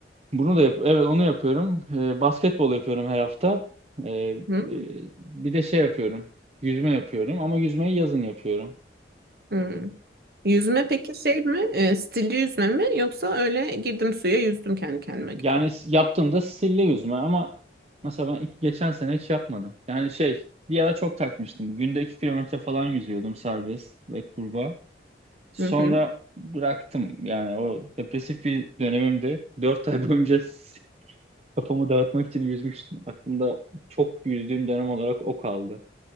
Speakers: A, on the right; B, on the right.
A: Bunu da yap evet onu yapıyorum. Ee, basketbol yapıyorum her hafta. Ee, e,
B: Hmm.
A: bir de şey yapıyorum. Yüzme yapıyorum ama yüzmeyi yazın yapıyorum.
B: Hmm. Yüzme peki şey mi? E, stilli yüzme mi? Yoksa öyle girdim suya yüzdüm kendi kendime gibi
A: Yani
B: mi?
A: s- yaptığımda stilli yüzme ama mesela ben iki, geçen sene hiç yapmadım. Yani şey bir ara çok takmıştım. Günde 2 kilometre falan yüzüyordum serbest ve kurbağa. Sonra
B: Hı hı.
A: bıraktım. Yani o depresif bir dönemimde Dört ay boyunca <laughs> s- kafamı dağıtmak için yüzmüştüm. Aklımda çok yüzdüğüm dönem olarak o kaldı.